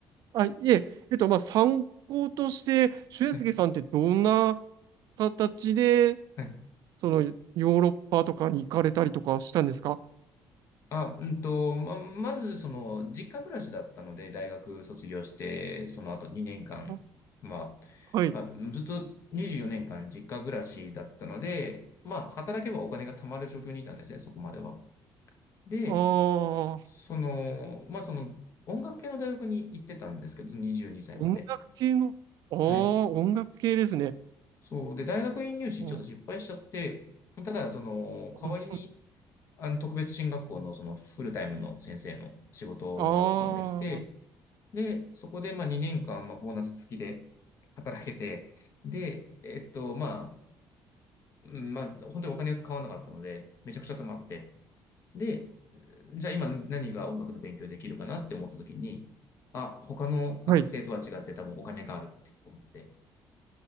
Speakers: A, on the right (about 65°); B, on the left (about 45°).
A: あ、いえ、えっと、まあ、参考として、俊介さんってどんな
B: はい。
A: 形で、
B: はい。
A: その、ヨーロッパとかに行かれたりとかしたんですか
B: あ、うんと、ま、まず、その、実家暮らしだったので、大学卒業して、その後2年間、
A: あ、
B: ま
A: はい。
B: あ、あ、ずっと24年間実家暮らしだったので、まあ、働けばお金が貯まる状況にいたんですね、そこまでは。で、
A: あ
B: その、
A: あ、
B: まあ、その、音楽系の大学に行ってたんですけど、22歳まで。
A: 音楽系の、ああ、
B: はい。
A: 音楽系ですね。
B: そう。で、大学院入試ちょっと失敗しちゃって、
A: あー、
B: ただ、その、
A: あそう。
B: 代わりに、あの、特別進学校のそのフルタイムの先生の仕事をもらうことができて、
A: ああ、
B: で、そこで、まあ、2年間、まあ、ボーナス付きで働けて、で、えっと、まあ、うんまあ、本当にお金を使わなかったので、めちゃくちゃ貯まって、で、じゃあ今何が音楽の勉強できるかなって思った時に、あ、他の学生とは違って多分お金があるって思って。
A: はい。